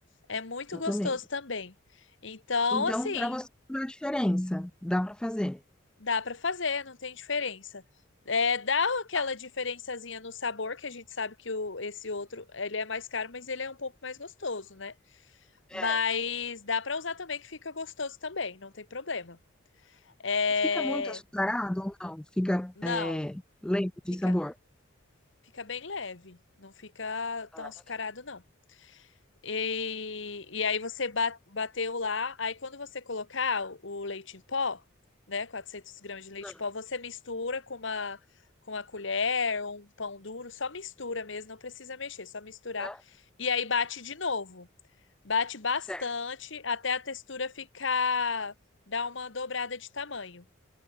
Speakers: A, on the left; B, in the centre.
A: É muito
B: já
A: gostoso
B: tomei.
A: também. Então,
B: Então,
A: assim,
B: para você, não dá diferença. Dá para fazer.
A: Dá pra fazer, não tem diferença. É, dá aquela
B: Tá.
A: diferençazinha no sabor, que a gente sabe que o, esse outro, ele é mais caro, mas ele é um pouco mais gostoso, né?
B: É.
A: Mas dá pra usar também, que fica gostoso também, não tem problema. É,
B: E fica muito açucarado ou não? Fica
A: não,
B: é, lento de
A: fica,
B: sabor?
A: fica bem leve, não fica
B: Ah,
A: tão açucarado,
B: beleza.
A: não. E, e aí você ba- bateu lá. Aí quando você colocar o, o leite em pó, né, 400 gramas de leite
B: Hum,
A: em pó, você mistura com uma com uma colher ou um pão duro, só mistura mesmo, não precisa mexer, só misturar.
B: tá.
A: E aí bate de novo. Bate bastante
B: Certo.
A: até a textura ficar dar uma dobrada de tamanho.